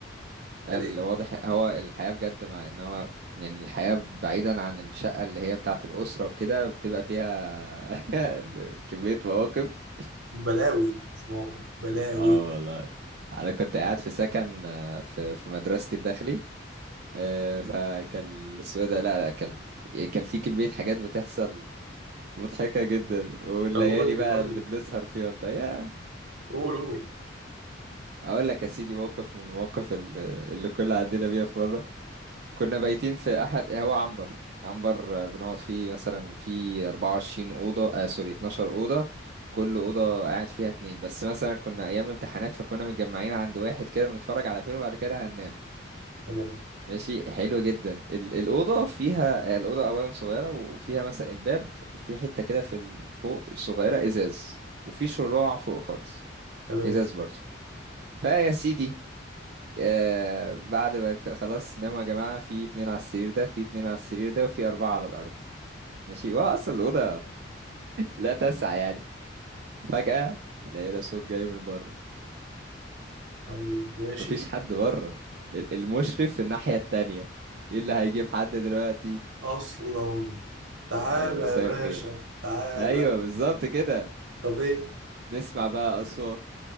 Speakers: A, on the right (about 55°); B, on the right (about 75°).
A: الواضح
B: يعني
A: هو الحياة بجد مع إن هو يعني الحياة بعيدا عن الشقة اللي هي بتاعة الأسرة وكده بتبقى فيها <laughs> كمية مواقف
B: بلاوي مش موقف بلاوي
A: اه والله أنا كنت قاعد في سكن آه، في في مدرستي الداخلي آه، فكان اسمه إيه ده لا لا كان كان في كمية حاجات بتحصل مضحكة جدا والليالي
B: طب قول لي
A: بقى
B: قول
A: اللي
B: لي
A: بنسهر فيها بتاع يا
B: قول قول
A: اقول لك يا سيدي موقف من المواقف ال- اللي كنا عدينا بيها في مرة كنا بايتين في احد هو عنبر عنبر آه، بنقعد فيه مثلا في 24 أوضة آه سوري 12 أوضة كل أوضة قاعد فيها اتنين بس مثلا كنا أيام امتحانات فكنا متجمعين عند واحد كده بنتفرج على فيلم وبعد كده هننام
B: تمام
A: ماشي حلو جدا ال- الأوضة فيها الأوضة أولا صغيرة وفيها مثلا الباب في حتة كده في ال- فوق صغيرة إزاز وفي شراع فوق خالص
B: تمام
A: إزاز برضه فيا سيدي آه بعد ما ك- خلاص ناموا يا جماعة في اتنين على السرير ده في اتنين على السرير ده وفي أربعة على الأرض ماشي وهو أصلا الأوضة لا تسع يعني فجأة لقينا صوت جاي من بره
B: طيب ماشي
A: مفيش حد بره ال- المشرف في الناحية التانية ايه اللي هيجيب حد دلوقتي
B: أصلا تعالى
A: أيوة مساء
B: يا باشا
A: الخير
B: تعالى
A: ايوه بالظبط كده
B: طب إيه؟
A: نسمع بقى اصوات